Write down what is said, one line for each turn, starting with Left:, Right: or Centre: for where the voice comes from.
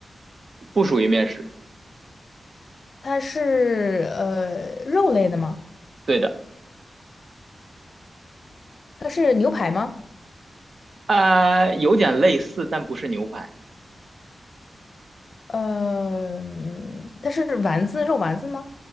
Right: 不属于面食。
Left: 它是呃肉类的吗？
Right: 对的，
Left: 它是牛排吗？
Right: 啊、有点类似，但不是牛排，
Left: 呃，嗯它是丸子肉丸子吗？